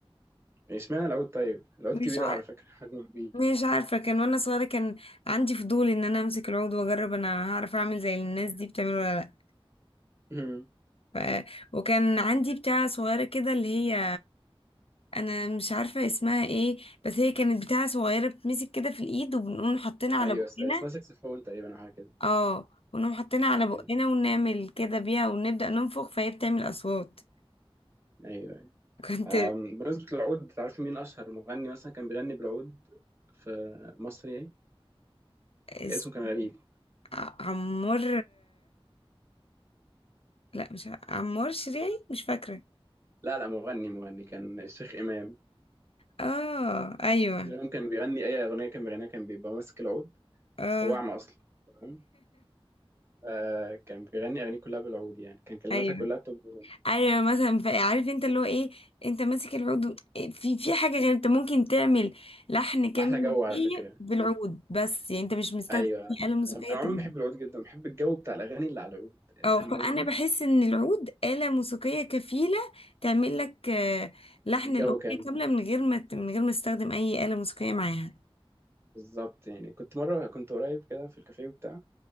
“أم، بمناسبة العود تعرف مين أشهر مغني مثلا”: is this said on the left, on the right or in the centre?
Right